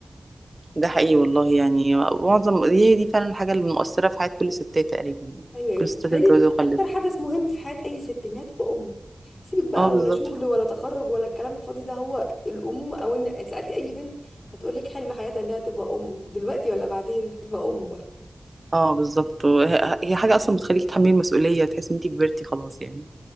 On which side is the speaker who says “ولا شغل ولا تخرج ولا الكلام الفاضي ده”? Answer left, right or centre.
Left